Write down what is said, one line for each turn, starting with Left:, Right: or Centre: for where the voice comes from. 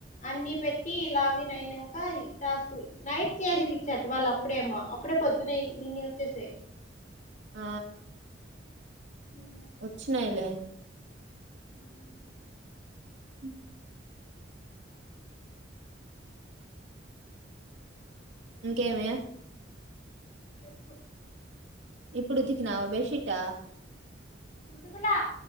Left: అన్ని పెట్టి లాగిన్ అయ్యినంక టాస్క్ నైట్ చేసిపించా వాళ్ళు అప్పుడేమో అప్పుడే పొద్దున ఇన్ని వచ్చేసాయి
Right: ఆ
Left: మ్మ్
Right: వచ్చినయిలే
Left: మ్మ్
Right: మ్మ్ ఇంకేమే
Left: చెప్పు
Right: ఇప్పుడు ఉతికినావా బెడ్‌షీట్
Left: ఉతకలా